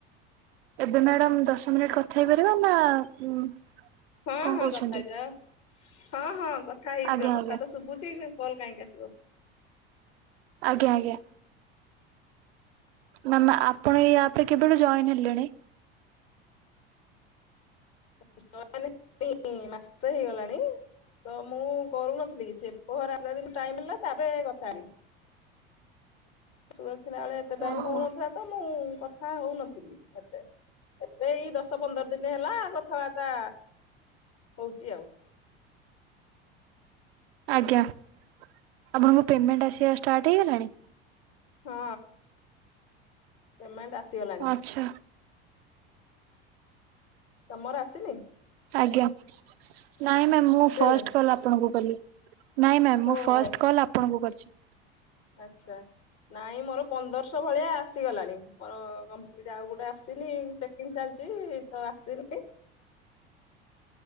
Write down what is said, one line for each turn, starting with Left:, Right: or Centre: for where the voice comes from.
Right: ଏବେ ମ୍ୟାଡାମ୍ ଦଶ ମିନିଟ୍ କଥା ହେଇପାରିବା ନା ଉଁ
Left: ହଁ
Right: କଣ
Left: ହଁ
Right: କହୁଛନ୍ତି?
Left: କଥା ହେଇଯିବା ହଁ ହଁ କଥା ହେଇଯିବା
Right: ଆଜ୍ଞା ଆଜ୍ଞା
Left: କଥା ତ ଶୁଭୁଛି। କଲ୍ କାହିଁ କାଟିବ।
Right: ଆଜ୍ଞା ଆଜ୍ଞା। ମ୍ୟାମ ଆପଣ ଏଇ ଆପ୍ ରେ କେବେଠୁ ଜଏନ୍ ହେଲେଣି?
Left: <unintelligible> ମାସେ ହେଇଗଲାଣି। ତ ମୁଁ କରୁନଥିଲି କିଛି ପୁଅରା ଆସିଲା ଦିନଠୁ ଟାଇମ ମିଳିଲା ତାପରେ କଥା ହେଲି। ଛୁଆ ଥିଲା ବେଳେ ଏତେ ଟାଇମ
Right: ଓହୋ।
Left: ହଉନଥିଲା ତ ମୁଁ କଥା ହଉନଥିଲି ଏତେ। ଏବେ ଏଇ ଦଶ ପନ୍ଦର ଦିନ ହେଲା କଥାବାର୍ତ୍ତା ହଉଚି ଆଉ।
Right: ଆଜ୍ଞା ଆପଣଙ୍କ ପେମେଣ୍ଟ ଆସିବା ଷ୍ଟାର୍ଟ ହେଇଗଲାଣି?
Left: ହଁ ପେମେଣ୍ଟ ଆସିଗଲାଣି।
Right: ଆଚ୍ଛା।
Left: ତମର ଆସିନି?
Right: ଆଜ୍ଞା, ନାଇଁ ମ୍ୟାମ ମୁଁ
Left: ଆସିଗଲାଣି
Right: ଫାର୍ଷ୍ଟ କଲ ଆପଣଙ୍କୁ କଲି। ନାଇଁ ମ୍ୟାମ୍
Left: ଓହୋ
Right: ମୁଁ ଫଷ୍ଟ କଲ୍ ଆପଣଙ୍କୁ କରିଛି।
Left: ଆଛା। ନାଇଁ ମୋର ପନ୍ଦରଶହ ଭଳିଆ ଆସିଗଲାଣି ମୋର କଂପ୍ଲିଟ୍ ଆଉ ଗୋଟେ ଆସିନି ଚେ ଚେକିଙ୍ଗ୍ ଚାଲିଚି ତ ଆସିନି।